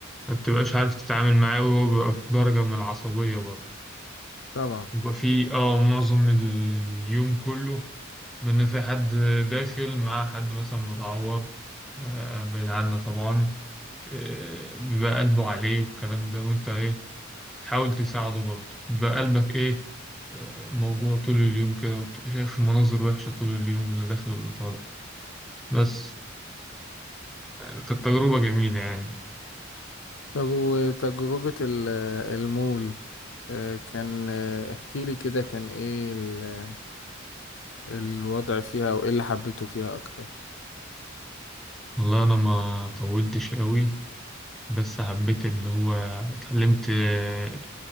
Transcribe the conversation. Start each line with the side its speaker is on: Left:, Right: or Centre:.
Centre: ما بتبقاش عارف تتعامل معاه وهو بيبقى في درجة من العصبية برضه
Left: طبعا
Centre: بيبقى في اه معظم اليوم كله من في حد داخل مع حد مثلا متعور آه، بعيد عنا طبعا آه، بيبقى قلبه عليه والكلام ده وانت ايه تحاول تساعده برضه بيبقى قلبك ايه آه، موجوع طول اليوم كده وبتبقى شايف مناظر وحشة طول اليوم اللي داخل واللي طالع بس يعني كانت تجربة جميلة يعني
Left: طب وتجربة ال- المول آه، كان آه، احكي لي كده كان ايه ال- الوضع فيها وايه اللي حبيته فيها اكتر
Centre: والله أنا ما طولتش قوي بس حبيت اللي هو اتعلمت آه،